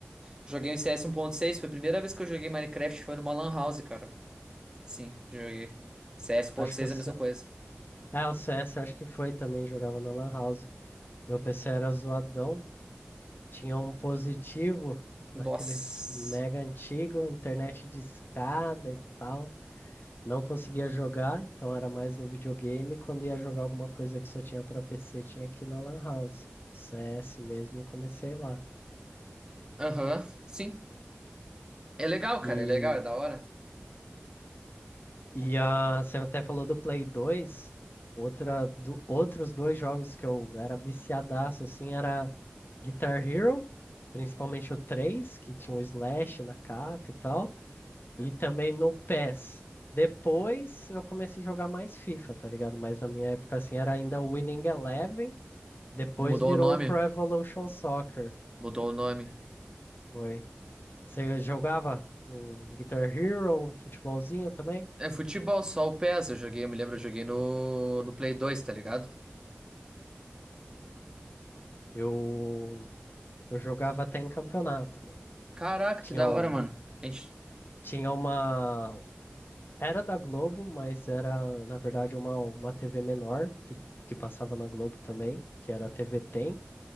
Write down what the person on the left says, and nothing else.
Acho que o C...
É, o CS acho que foi também, jogava na Lan House. Meu PC era zoadão, tinha um positivo, daqueles
mega antigo, internet de escada e tal. Não conseguia jogar, então era mais no videogame. Quando ia jogar alguma coisa que só tinha pra PC, tinha aqui na Lan House. CS mesmo, comecei lá.
E
E a, você até falou do Play 2 outra, do, outros dois jogos que eu era viciadaço, assim, era Guitar Hero, principalmente o 3 que tinha o Slash na capa e tal, e também no PES. Depois eu comecei a jogar mais FIFA, tá ligado? Mas na minha época, assim, era ainda o Winning Eleven, depois
virou
o Pro Evolution Soccer,
foi. Você jogava um Guitar Hero, um futebolzinho também?
Eu... Eu jogava até em campeonato, mano.
Tinha,
um,
tinha uma. Era da Globo, mas era, na verdade, uma, uma TV menor que, que passava na Globo também, que era a TV Tem,